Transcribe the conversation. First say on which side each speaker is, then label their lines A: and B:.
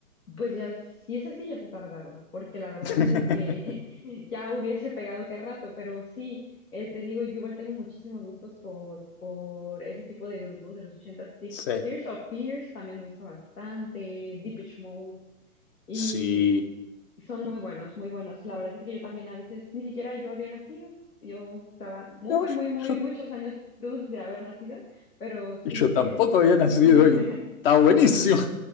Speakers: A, on the left; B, on the left.
A: Pues ya, si es así, ya se tardaron, porque la verdad
B: <laughs>
A: es de que <laughs> ya hubiese pegado qué rato, pero sí, eh, te digo, yo igual tengo muchísimos gustos por, por ese tipo de grupos de los ochentas Te-
B: Sí,
A: Tears of Fears también me gusta bastante, Depeche Mode, y
B: sí.
A: son muy buenos, muy buenos. La verdad es que yo también a veces, ni siquiera yo había nacido, yo estaba muy,
B: No,
A: muy, muy,
B: yo,
A: muchos años luz de haber nacido, pero sí
B: yo
A: que,
B: tampoco había nacido
A: <laughs>
B: y está buenísimo.